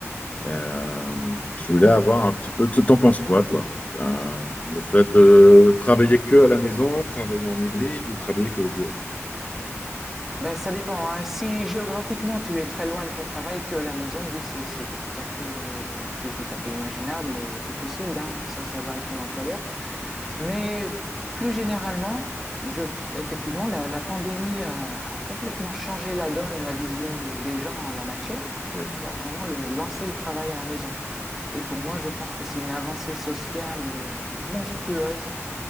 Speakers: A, on the left; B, in the centre.
A: Euh, je voulais avoir un petit peu, tu t'en penses quoi, toi? Euh, le fait de travailler que à la maison, travailler en hybride ou travailler que au bureau?
B: Ben, ça dépend, hein. Si géographiquement tu es très loin de ton travail que à la maison, oui, c'est c'est tout à fait c'est tout à fait imaginable et, et possible, hein. Ça, c'est à voir avec ton employeur. Mais plus généralement, je, effectivement, la, la pandémie a, a complètement changé la donne et la vision des, des gens en la matière
A: Oui,
B: et a vraiment le, lancé le travail à la maison. Et pour moi, je pense que c'est une avancée sociale euh, monstrueuse